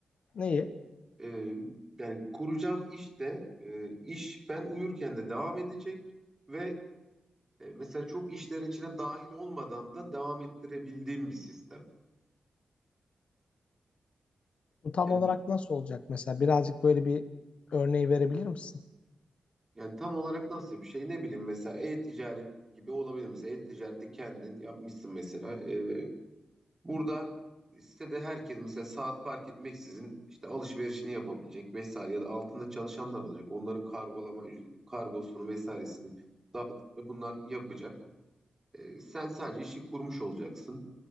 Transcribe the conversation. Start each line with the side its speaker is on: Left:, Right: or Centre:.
Left: Neyi?
Right: Ee, yani kuracağım işte e, iş ben uyurken de devam edecek ve e, mesela çok işlerin içine dahil olmadan da devam ettirebildiğim bir sistem.
Left: Bu tam
Right: Yani
Left: olarak nasıl olacak mesela? Birazcık böyle bir örneği verebilir misin?
Right: Yani tam olarak nasıl bir şey ne bileyim mesela e-ticaret gibi olabilir mesela e-ticarette kendin yapmışsın mesela Ee, burada sitede herkes mesela saat fark etmeksizin işte alışverişini yapabilecek vesaire ya da altında çalışanlar olacak onların kargolama ücret- kargosunu vesairesini dağıtıp bunlar yapacak Ee, sen sadece işi kurmuş olacaksın